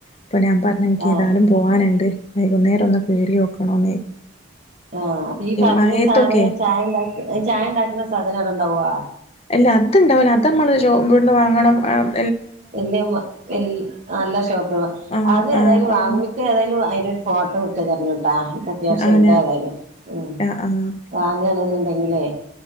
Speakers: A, on the left; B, on the right.
A: അപ്പ ഞാൻ പറഞ്ഞുനിക്ക്
B: ആഹ്
A: ഏതാലും പോകാനൊണ്ട് വൈകുന്നേരം ഒന്ന് കേറി വോക്കണോന്ന്.
B: ആ അപ്പൊ ഈ പറഞ്ഞ
A: മഴയത്തൊക്കെ
B: സാധനം ചായ ഉണ്ടാക്ക ചായ ഉണ്ടാക്ക്ണ സാധനം അവിട്ണ്ടാവുവാ
A: അല്ല അത്ണ്ടാവുല അത് നമ്മള് <unintelligible> വിട്ന്ന് വാങ്ങണം ങ്
B: <unintelligible> വെൽ നല്ല ഷോപ്പ് <unintelligible>
A: ആഹ്
B: അത് ഏതായാലും
A: ആഹ് അവിടുന്ന്
B: വാങ്ങുമിക്ക ഏതായാലും ഫോട്ടോ വിട്ട് തരണ ട്ടാ ക്ക് അത്യാവശ്യം
A: ആന
B: ഉണ്ടെതായാലും ഉം
A: ആഹ് ആഹ്
B: വാങ്ങണന്ന്ണ്ടെങ്കിലേ